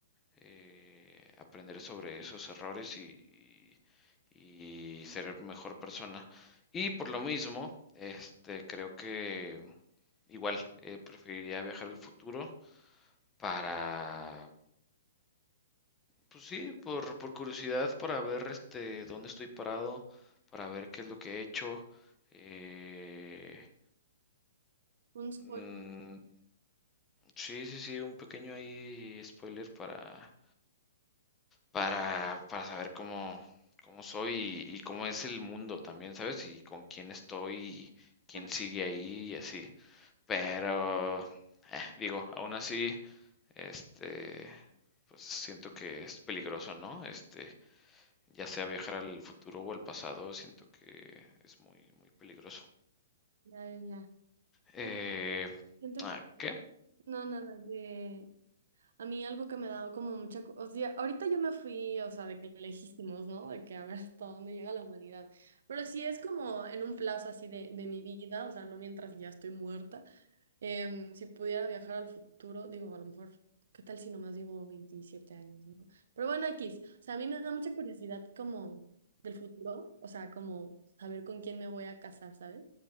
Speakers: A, on the left; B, on the right.
A: eh, aprender sobre esos errores y, y, y ser mejor persona. Y por lo mismo, este, creo que igual eh, preferiría viajar al futuro para pues sí, por, por curiosidad, para ver este dónde estoy parado, para ver qué es lo que he hecho. eh,
B: Un spoiler.
A: mm, sí, sí, sí, un pequeño ahí spoiler para, para, para saber cómo, cómo soy y, y cómo es el mundo también, ¿sabes? Y con quién estoy, y quién
B: Ah,
A: sigue ahí y así. Pero, digo, aún así, este, pues siento que es peligroso, ¿no? Este, ya sea viajar al futuro o al pasado, siento que es muy, muy peligroso.
B: ya, ya, ya.
A: Eh,
B: No, siento
A: ¿a
B: que... sí.
A: ¿qué?
B: No, nada, que a mí algo que me ha dado como mucha... cu- O sea, ahorita yo me fui, o sea, de que lejísimos, ¿no? De que a ver <laughs> hasta dónde llega la humanidad. Pero sí es como en un plazo así de, de mi vida, o sea, no mientras ya estoy muerta, Em, si pudiera viajar al futuro, digo, a lo mejor, ¿qué tal si nomás vivo 27 años, ¿no? Pero bueno, X, o sea, a mí me da mucha curiosidad como del futuro, o sea, como saber con quién me voy a casar, ¿sabes?